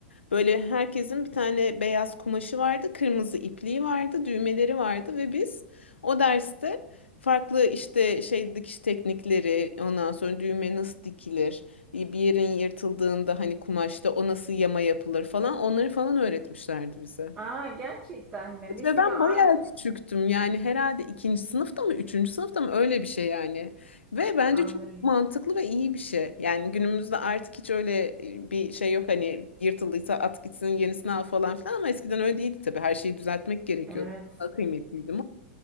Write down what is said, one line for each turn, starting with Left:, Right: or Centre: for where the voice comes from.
Left: Böyle herkesin bir tane beyaz kumaşı vardı, kırmızı ipliği vardı, düğmeleri vardı ve biz o derste farklı işte şey dikiş teknikleri, ondan sonra düğme nasıl dikilir bir yerin yırtıldığında hani kumaşta o nasıl yama yapılır falan onları falan öğretmişlerdi bize.
Right: Aa gerçekten mi?
Left: Evet,
Right: Mesela
Left: ve ben bayağı
Right: aynı
Left: küçüktüm yani herhalde ikinci sınıfta mı üçüncü sınıfta mı öyle bir şey yani. Ve bence
Right: anlıyorum.
Left: çok mantıklı ve iyi bir şey. Yani günümüzde artık hiç öyle e, bir şey yok hani yırtıldıysa at gitsin yenisini al falan filan ama eskiden öyle değildi tabii her şeyi düzeltmek gerekiyordu.
Right: Evet.
Left: Daha kıymetliydi